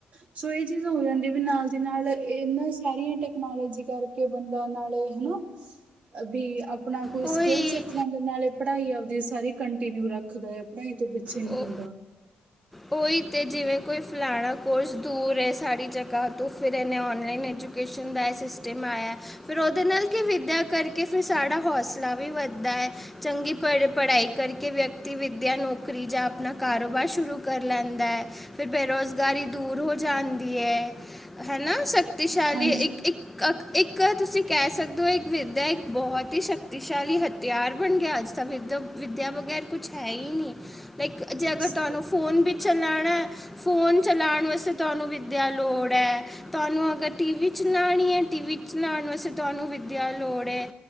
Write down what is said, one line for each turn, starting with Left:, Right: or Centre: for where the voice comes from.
Right: ਸੋ ਇਹ ਚੀਜ਼ ਹੋ ਜਾਂਦੀ ਵੀ ਨਾਲ ਦੀ ਨਾਲ ਇਹਨਾਂ ਸਾਰੀਆਂ ਟੈਕਨੋਲੋਜੀ ਕਰਕੇ। ਕੇ ਬੰਦਾ ਨਾਲੇ ਹਨਾ ਵੀ ਆਪਣਾ ਕੋਈ
Centre: ਉਹੀ
Right: ਸਕਿੱਲ ਸਿੱਖ ਲੈਂਦੇ ਨਾਲੇ ਪੜ੍ਹਾਈ ਆਪਦੀ ਸਾਰੀ ਕੰਟੀਨਿਊ ਰੱਖਦਾ ਆ ਪੜ੍ਹਾਈ ਤੋਂ ਪਿੱਛੇ ਨਹੀਂ
Centre: ਉਹ-
Right: ਹੁੰਦਾ।
Centre: ਉਹੀ ਤੇ ਜਿਵੇਂ ਕੋਈ ਫਲਾਣਾ ਕੋਰਸ ਦੂਰ ਸਡੀ ਜਗ੍ਹਾ ਤੋਂ ਫਿਰ ਇਹਨੇ ਓਨਲਾਈਨ ਐਜੂਕੇਸ਼ਨ ਦਾ ਇਹ ਸਿਸਟਮ ਆਇਆ ਫਿਰ ਉਹਦੇ ਨਾਲ ਕਿ ਵਿੱਦਿਆ ਕਰਕੇ ਫਿਰ ਸਾਡਾ ਹੌਸਲਾ ਵੀ ਵੱਧਦਾ ਹੈ। ਚੰਗੀ ਪੜ੍ਹ ਪੜ੍ਹਾਈ ਕਰਕੇ ਵਿਅਕਤੀ ਵਿੱਦਿਆ, ਨੌਕਰੀ ਜਾਂ ਆਪਣਾ ਕਾਰੋਬਾਰ ਸ਼ੁਰੂ ਕਰ ਲੈਂਦੈ, ਫਿਰ ਬੇਰੁਜ਼ਗਾਰੀ ਦੂਰ ਹੋ ਜਾਂਦੀ ਏ, ਹੈਨਾ? ਸ 'ਤੇ ਸ਼ਾਲੀ
Right: ਹਾਂਜੀ
Centre: ਇੱਕ-ਇੱਕ। ਕ ਇੱਕਾ ਤੁਸੀਂ ਕੈਅ ਸਕਦੇ ਓ, ਇੱਕ ਵਿੱਦਿਆ, ਇੱਕ ਬੋਤ ਈ ਸ਼ਕਤੀਸ਼ਾਲੀ ਹ। ਤਿਆਰ ਬਨ ਗਿਆ, ਅੱਜ ਤਾਂ ਵਿਦ- ਵਿੱਦਿਆ ਬਗੈਰ ਕੁਛ ਹੈ ਈ ਨਈ, ਲਾਈਕ ਜੇ ਅਗਰ
Right: ਸ-
Centre: ਤੁਹਾਨੂੰ ਫੋਨ ਪਿੱਛੇ ਲਾਣੈ, ਫੋਨ ਚਲਾਨ ਵਾਸਤੇ ਤੁਹਾਨੂੰ ਵਿੱਦਿਆ ਲੋੜ ਐ। ਤੁਹਾਨੂੰ ਅਗਰ ਟੀਵੀ ਚਲਾਨੀ ਏ, ਟੀਵੀ ਚਲਾਨ ਵਾਸਤੇ ਤੁਹਾਨੂੰ ਵਿੱਦਿਆ ਲੋੜ ਏ।